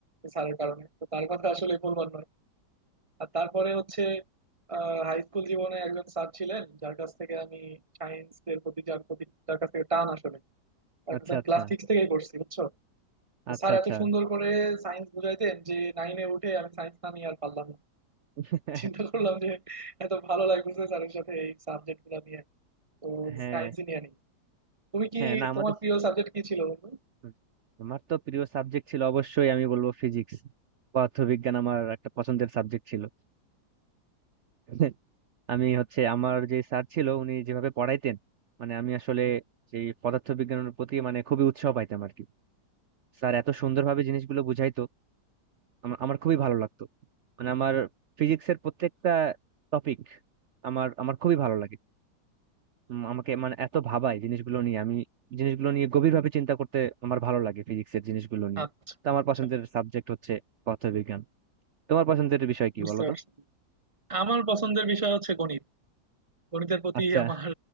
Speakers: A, on the right; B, on the right.
A: স্যারের কারণে তো তার কথা আসলে বলবার নয় আর তারপরে হচ্ছে হাই স্কুল জীবনে একজন স্যার ছিলেন যার কাছ থেকে আমি সায়েন্স এর প্রতি যার প্রতি যার কাছ থেকে টান আসলে তার
B: আচ্ছা
A: কাছে আমি
B: আচ্ছা
A: ক্লাস সিক্স থেকেই পড়ছি বুঝছো তো
B: আচ্ছা
A: স্যার
B: আচ্ছা
A: এত সুন্দর করে সায়েন্স বুঝাইতেন যে নাইনে উঠে আমি সায়েন্স না নিয়ে আর পারলাম না
B: <laughs>
A: চিন্তা করলাম যে এত ভালো লাগতেছে স্যারের সাথে এই সাবজেক্ট গুলো নিয়ে তো
B: হ্যাঁ
A: সায়েন্সই নিয়ে নি তুমি কি
B: হ্যাঁ না আমাদের
A: তোমার প্রিয় সাবজেক্ট কি ছিল বন্ধু
B: হুম, আমার তো প্রিয় সাবজেক্ট ছিল অবশ্যই আমি বলবো ফিজিক্স পদার্থবিজ্ঞান আমার একটা পছন্দের সাবজেক্ট ছিল <laughs> আমি হচ্ছে আমার যে স্যার ছিল উনি যেভাবে পড়াইতেন মানে আমি আসলে সেই পদার্থবিজ্ঞানের প্রতি মানে খুবই উৎসাহ পাইতাম আর কি স্যার এত সুন্দরভাবে জিনিসগুলো বুঝাইতো আমার আমার খুবই ভালো লাগতো মানে আমার ফিজিক্সের প্রত্যেকটা টপিক আমার আমার খুবই ভালো লাগে উম, আমাকে মানে এত ভাবায় জিনিসগুলো নিয়ে আমি জিনিসগুলো নিয়ে গভীরভাবে চিন্তা করতে আমার ভালো লাগে ফিজিক্সের জিনিসগুলো নিয়ে
A: আচ্ছা
B: তো আমার
A: আচ্ছা
B: পছন্দের
A: আচ্ছা,
B: সাবজেক্ট হচ্ছে পদার্থবিজ্ঞান তোমার পছন্দের বিষয় কি
A: বুঝতে
B: বলো
A: পারছি
B: তো
A: আমার পছন্দের বিষয় হচ্ছে গণিত গণিতের প্রতি
B: আচ্ছা
A: আমার